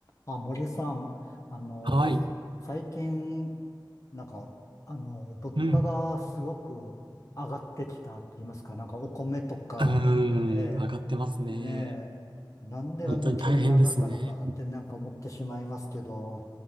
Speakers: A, on the left (about 40°); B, on the right (about 80°).
A: あ、森さん、あのー、
B: はい。
A: 最近、なんか、あのー、物価がすごく上がってきたって言いますか、
B: うん。
A: なんかお米とか、
B: うー
A: え
B: ん。上がってますね。
A: え、ええ、なんであんな急に上がったのかってなんか思ってしまいますけど、
B: 本当に大変ですね。